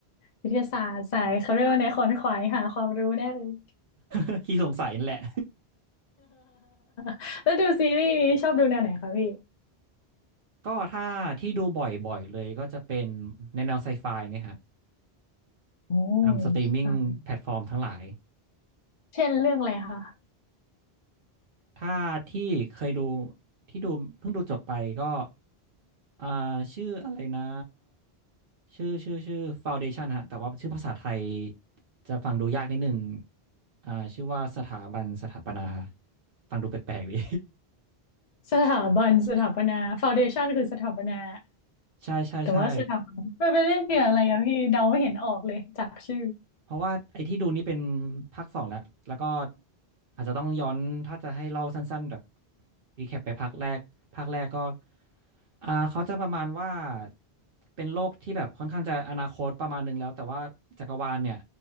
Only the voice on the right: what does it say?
<laughs> ขี้สงสัยนั่นแหละ
ก็ถ้าที่ดูบ่อยๆเลยก็จะเป็นในแนวไซไฟเนี่ยฮะ
ตามสตรีมมิ่งแพลตฟอร์มทั้งหลาย
ถ้าที่เคยดูที่ดูเพิ่งดูจบไปก็อ่าชื่ออะไรนะชื่อชื่อชื่อ Foundation ฮะแต่ว่าชื่อภาษาไทยจะฟังดูยากนิดนึงอ่าชื่อว่าสถาบันสถาปนาฟังดูแปลกๆดี
<laughs> ใช่ใช่ใช่
เพราะว่าไอ้ที่ดูนี่เป็นภาคสองแล้วแล้วก็อาจจะต้องย้อนถ้าจะให้เล่าสั้นๆแบบรีแคปไปภาคแรกภาคแรกก็อ่าเขาจะประมาณว่าเป็นโลกที่แบบค่อนข้างจะอนาคตประมาณนึงแล้วแต่ว่าจักรวาลเนี่ย